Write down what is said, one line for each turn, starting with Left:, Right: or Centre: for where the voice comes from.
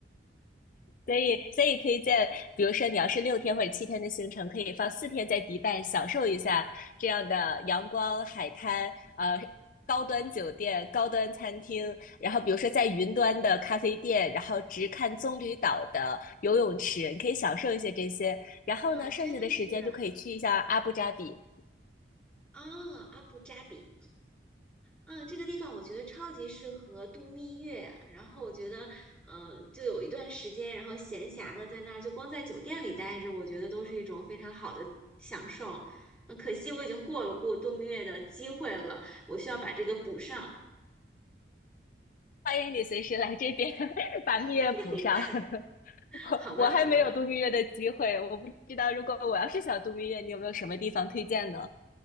Left: 所以，所以推荐，比如说你要是六天或者七天的行程，可以放四天在迪拜享受一下这样的阳光、海滩，呃，高端酒店、高端餐厅，然后比如说在云端的咖啡店，然后直看棕榈岛的游泳池，你可以享受一些这些。然后呢，
Centre: 哇，
Left: 剩下的时间就可以去一下阿布扎比。
Centre: 真的是啊，阿布扎比，嗯，这个地方我觉得超级适合度蜜月。然后我觉得，嗯，就有一段时间，然后闲暇的在那儿，就光在酒店里待着，我觉得都是一种非常好的享受。嗯，可惜我已经过了过度蜜月的机会了，我需要把这个补上。
Left: 欢迎你随时来这边 <laughs> 把蜜月补上。
Centre: <laughs>
Left: <laughs> 我我还没有度蜜月的机会，
Centre: 好的，好的。
Left: 我不知道如果我要是想度蜜月，你有没有什么地方推荐呢？